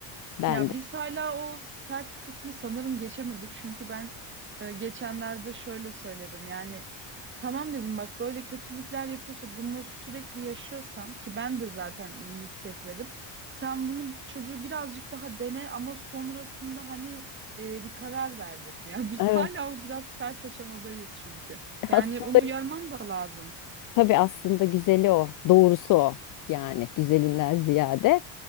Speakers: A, on the left; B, on the right.
A: bende.
B: Ya biz hala o sert kısmı sanırım geçemedik. Çünkü ben e, geçenlerde şöyle söyledim. Yani tamam dedim bak böyle kötülükler yapıyorsa bunu sürekli yaşıyorsan ki ben de zaten iyi hissetmedim. Sen bunun çocuğu birazcık daha dene ama sonrasında hani e, bir karar ver dedim. Yani <laughs> biz
A: Evet.
B: hala o biraz sert aşamadayız çünkü.
A: <laughs>
B: Yani
A: Aslında
B: onu uyarmam da lazım.
A: tabii aslında güzeli o, doğrusu o yani güzelinden ziyade